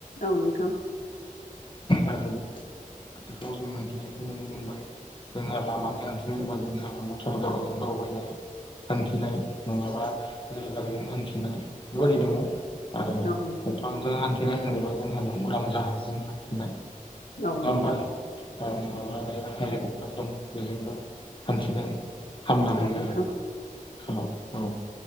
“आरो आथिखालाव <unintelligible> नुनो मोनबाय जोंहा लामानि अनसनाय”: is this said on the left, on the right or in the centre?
Left